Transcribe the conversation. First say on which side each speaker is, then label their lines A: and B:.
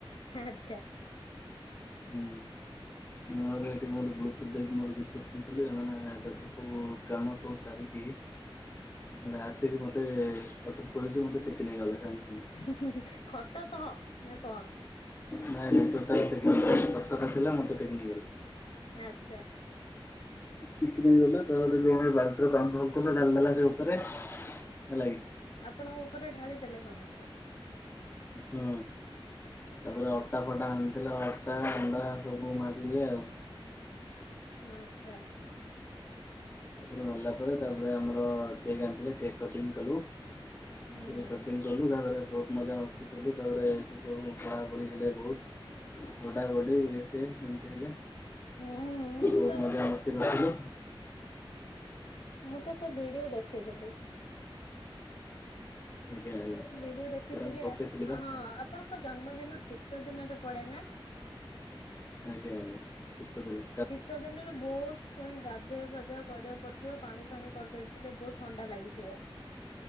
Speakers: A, on the left (about 75°); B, on the left (about 25°).
A: ଆଚ୍ଛା।
B: ମତ୍ ସବୁବେଳେ ଏଠି ମୋର ଗୁରୁତ୍ୱ ଦେଇକି ମୋର ଯେହେତୁ ସ୍କିନ ଥିଲି, ଏମାନେ ତାରେ ସବୁ କାମ ସବୁ ସାରିକି
A: ହ
B: ହେଲେ ଆସିକି ମୋତେ, ଖଟରେ ଶୋଇଛି ମୋତେ ଟେକି ନେଇଗଲା। ସାଙ୍ଗେ।
A: ହୁଁ-ହୁଁ-ହୁଁ। ଖଟ ସହ ନା କଣ?
B: ନାଇଁ ନାଇଁ, ଟୋଟାଲ ଟେକି ନେଇଗଲା, ଖଟଟା ଥିଲା ମତେ ଟେକି ନେଇଗଲା।
A: ଆଚ୍ଛା।
B: ଟେକି ନେଇଗଲା, ତାପରେ ଜଣେ ବାଲ୍ଟିରେ ପାଣି ଧରିଥିଲା ଢାଳିଦେଲା ସେ ଓପରେ ହେଲାକି।
A: ଆପଣଙ୍କ ଉପରେ ଢାଳି ଦେଲେ ସମସ୍ତେ?
B: ହୁଁ। ତାପରେ
A: ଆଚ୍ଛା
B: ଅଟା ଫଟା ଆଣିଥିଲେ, ଅଟା, ଅଣ୍ଡା ସବୁ ମାରିଦେଲେ ଆଉ।
A: ଓ ଏ ଆଚ୍ଛା।
B: ସେସବୁ ମାରିଲା ପରେ, ତାପରେ ଆମର କେକ୍ ଆଣିଥିଲେ କେକ୍ କଟିଂ କଲୁ କେକ୍
A: ହୁଁ।
B: କଟିଙ୍ଗ କଲୁ, ତାପରେ ବହୁତ ମଜା ମସ୍ତି କଲୁ, ତାପରେ ସେସବୁ ବୋଳାବୋଳି ହେଲେ ବହୁତ, ଗଡା ଗଡି ଇଏ ସିଏ ଏମତି ହେଲେ।
A: ହୁଁ ଉଁ, ମୁଁ
B: ବହୁତ
A: ତ
B: ମଜା ମସ୍ତି କରିଥିଲୁ।
A: ମୁଁ ତ ସେ ଭିଡିଓ ଦେଖିଥିଲି।
B: ଆଜ୍ଞା ଆଜ୍ଞା।
A: ମୁଁ ଭିଡିଓ ଦେଖିଥିଲି।
B: ସେଇଟା ମୁଁ ପକେଇଥିଲି ବା
A: ହଁ ଆପଣଙ୍କ ଜନ୍ମଦିନ ଶୀତ ଦିନରେ ପଡେ ନା?
B: ଆଜ୍ଞା ଆଜ୍ଞା। ଶୀତ ଦିନେ।
A: ଶୀତ ଦିନରେ ବହୁତ ପୁଣି ଗାଧୁଆ ଫାଧୁଆ କରିବାକୁ ପଡିଥିବ। ପାଣି ଫାଣି କରିଦେଇଥିଲେ ବହୁତ ଥଣ୍ଡା ଲାଗିଥିବ।